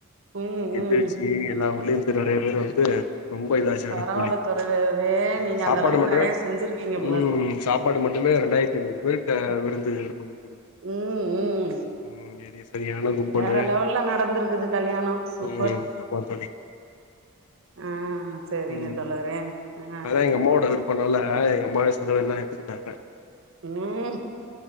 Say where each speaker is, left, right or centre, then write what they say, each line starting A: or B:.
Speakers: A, on the right; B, on the left.
A: ம் ம்
B: திருச்சி எல்லா ஊர்லயு து நறைய பேர் வந்து ரொம்ப இதாச்சு
A: பரவால்ல
B: தோழி
A: தோழரே
B: ம்
A: நீங்க
B: சாப்பாடு
A: அந்த அளவுக்கு
B: மட்டுமே
A: நெறைய செஞ்சிருக்கீங்க போல
B: ம்
A: இருக்கு
B: சாப்பாடு மட்டுமே ரெண்டாய்ர்த்தி ஐநூறு பேர்கிட்ட விருந்து பண்ணு தோழி
A: ம் ம்
B: ம் இது சரியான கும்பலு
A: வேற லெவல்ல நடந்திருக்குது கல்யாணோ சூப்பர்
B: ம் ஆமா தோழி
A: ஆ செரிங்க
B: ம்
A: தோழரே ஆ
B: அதா அம்மாவோட இப்பனால எங்க அம்மாவே சலவெல்லா எடுத்துக்குட்டாங்க
A: ம்